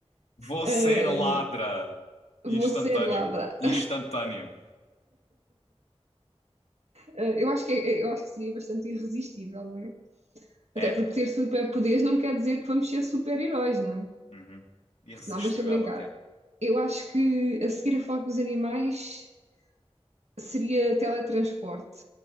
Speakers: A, on the left; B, on the right.
A: Vou
B: Ahm,
A: ser ladra. Instantâneo.
B: vou ser ladra.
A: Instantâneo.
B: Ah, eu acho que, é, eu acho que seria bastante irresistível, não é?
A: É.
B: Até porque ter superpoderes não quer dizer que vamos ser super-heróis, não é?
A: Uhum. Irresistível,
B: Não, mas estou a brincar.
A: ok.
B: Eu acho que a seguir a falar com os animais seria teletransporte.